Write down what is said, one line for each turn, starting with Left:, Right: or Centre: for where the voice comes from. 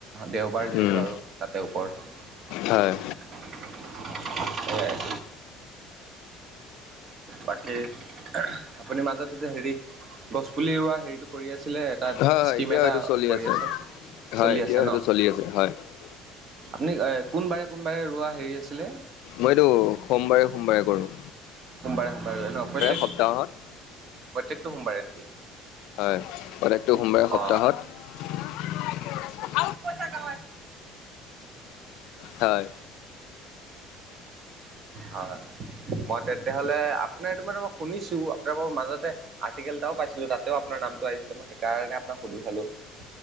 Right: দেওবাৰ যিহেতু
Left: উম,
Right: আৰু তাতে ওপৰত।
Left: হয়, হয়,
Right: সেয়াই। বাকী আপুনি মাজতে যে হেৰি গছ পুলি ৰুৱা হেৰিটো কৰি আছিলে আছে এটা
Left: হয় হয়
Right: স্কিম
Left: এতিয়াও
Right: এটা
Left: সেইটো চলি
Right: কৰি
Left: আছে, হয়
Right: চলি
Left: এতিয়াও
Right: আছে
Left: সেইটো
Right: ন
Left: চলি আছে হয়। <unintelligible> <unintelligible> <inaudible>
Right: আপুনি কোনবাৰে, কোনবাৰে ৰোৱা হেৰি আছিলে?
Left: মইতো সোমবাৰে, সোমবাৰে কৰো।
Right: সোমবাৰে সোমবাৰে ন, প্ৰত্যেক?
Left: সপ্তাহত
Right: প্ৰত্যেকটো সোমবাৰে নেকি?
Left: হয় প্ৰত্যেকটো সোমবাৰে সপ্তাহত।
Right: অ তাকে
Left: হয়।
Right: হয় <unintelligible> মই তেন্তে হ'লে আপোনাৰ এইটো মান মই শুনিছো, আপোনাৰ বাও মাজতে আৰ্টিকেল এটাও পাইছিলো তাত। <unintelligible> আপোনাৰ নামটো আহিছিলে, মই সেইকাৰণে আপোনাক সুধি চালো। <unintelligible>